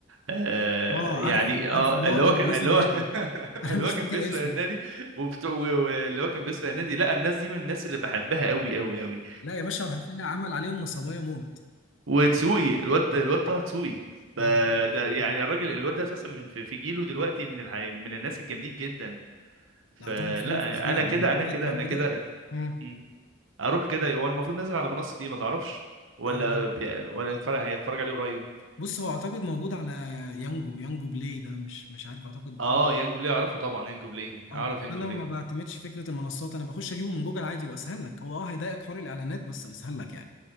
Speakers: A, on the right (about 85°); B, on the left (about 75°).
A: آه
B: آه،
A: يعني
B: عارف عارف
A: اه
B: اللي هو
A: اللي
B: كان
A: هو كان
B: رئيس
A: اللي
B: النادي
A: هو <laughs>
B: <laughs> أنا
A: اللي
B: مش
A: هو كان
B: فاكر
A: بيسرق
B: اسمه
A: النادي وبت- و- واللي هو كان بيسرق النادي لا الناس دي من الناس اللي بحبها قوي قوي قوي
B: لا يا باشا وهتلاقي عمل عليهم نصبايا موت
A: وتسوقي الواد الواد طه تسوقي
B: طه
A: ف-
B: دسوقي
A: ده يعني الراجل الواد ده اساسا من في في جيله دلوقتي من الحي... من الناس الجامدين جدا فلا
B: لا طه دسوقي فظيع
A: انا
B: من
A: كده انا
B: ساعة
A: كده انا
B: ما بدأ
A: كده
B: مم.
A: مم. اروح كده هو المفروض نازل على منصه ايه ما تعرفش ولا
B: آه،
A: بي... ولا يتفرج هيتفرج عليه قريب
B: بص هو اعتقد موجود على يانجو يانجو بلاي ده مش مش عارف اعتقد
A: اه
B: اه
A: يانجو بلاي اعرفه طبعا يانجو بلاي
B: اه
A: اعرف
B: بس
A: يانجو
B: انا
A: بلاي
B: ما بعتمدش فكره المنصات انا بخش اجيبه من جوجل عادي واسهل لك هو اه هيضايقك حوار الاعلانات بس اسهل لك يعني